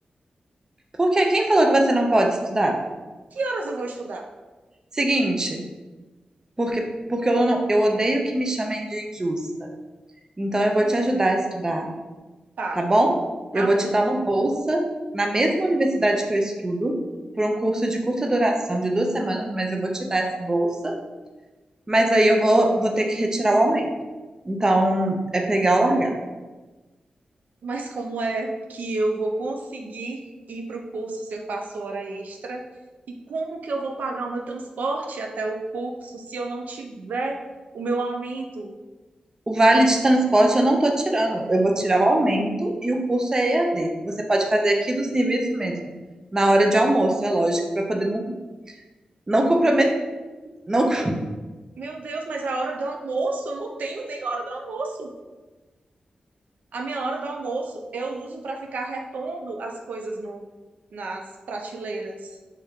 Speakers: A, on the right; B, on the right.
A: porque quem falou que você não pode estudar?
B: Que horas eu vou estudar?
A: Seguinte, porque porque eu não eu odeio que me chamem de injusta. Então, eu vou
B: Hum.
A: te ajudar a estudar,
B: Tá,
A: tá bom?
B: tá
A: Eu vou
B: bom.
A: te dar uma bolsa na mesma universidade que eu estudo, por um curso de curta duração, de duas semanas, mas eu vou te dar essa bolsa. Mas aí eu vou, vou ter que retirar o aumento. Então, é pegar ou largar.
B: Mas como é que eu vou conseguir ir para o curso se eu faço hora extra? E como que eu vou pagar o meu transporte até o curso se eu não tiver o meu aumento
A: O vale de transporte eu não tô tirando, eu vou tirar o aumento e o curso é EAD. Você pode fazer aqui do serviço mesmo, na hora de almoço, é lógico, para poder não, não comprometer, não <laughs>
B: Meu Deus, mas a hora do almoço, eu não tenho nem hora do almoço. A minha hora do almoço eu uso para ficar repondo as coisas no, nas prateleiras.